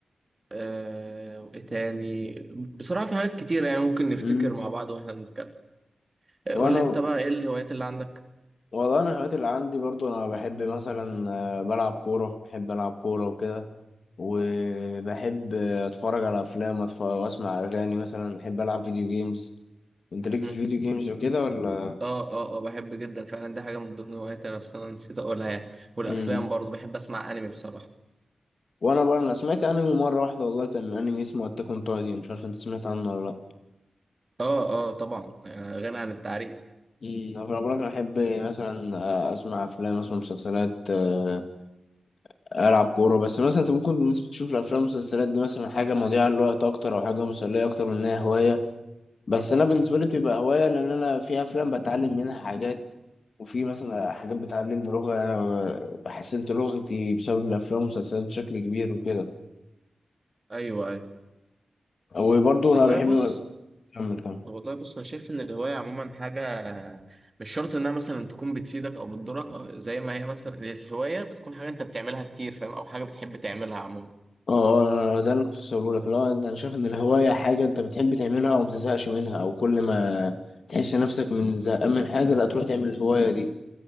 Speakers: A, on the right; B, on the left.
A: آه، وايه تاني بصراحه في حاجات كتير يعني ممكن نفتكر
B: مم.
A: مع بعض واحنا بنتكلم آه،
B: وانا
A: قول لي انت بقى ايه الهوايات اللي عندك
B: والله انا الهوايات اللي عندي برضو انا بحب مثلا آه، بلعب كوره بحب العب كوره وكده وبحب آه، اتفرج على افلام أتف- واسمع اغاني مثلا بحب العب فيديو جيمز انت ليك
A: <clears throat>
B: في الفيديو جيمز وكده ولا
A: اه اه اه بحب جدا فعلا دي حاجة من ضمن هواياتي انا اصلا نسيت اقولها يعني والافلام
B: مم.
A: برضو بحب اسمع انمي بصراحة
B: وانا بقى انا سمعت انمي مره واحده والله كان انمي اسمه اتاك اون تايتن مش عارف انت سمعت عنه ولا لا
A: اه اه طبعا آه، غني عن التعريف
B: امم انا بقولك انا احب مثلا آه، اسمع افلام اسمع مسلسلات آه، العب كوره بس مثلا انت ممكن الناس بتشوف الافلام والمسلسلات دي مثلا حاجه مضيعه للوقت اكتر او حاجه مسليه اكتر من انها هوايه بس انا بالنسبه
A: مم.
B: لي بتبقى هوايه لان انا في افلام بتعلم منها حاجات وفي مثلا حاجات بتعلمني لغه انا حسنت لغتي بسبب الافلام والمسلسلات بشكل كبير وكده
A: ايوه ايوه
B: وبرضه انا
A: والله
B: بحب
A: بص
B: كمل كمل
A: والله بص انا شايف ان الهواية عموما حاجة مش شرط انها مثلا تكون بتفيدك او بتضرك أو زي ما هي مثلا الهواية بتكون حاجة انت بتعملها كتير فاهم او حاجة بتحب تعملها عموما
B: اه ده اللي كنت بقوله لك لا انت انا شايف ان الهوايه حاجه انت بتحب تعملها وما بتزهقش منها او كل ما تحس نفسك من زهقان من حاجه لا تروح تعمل الهوايه دي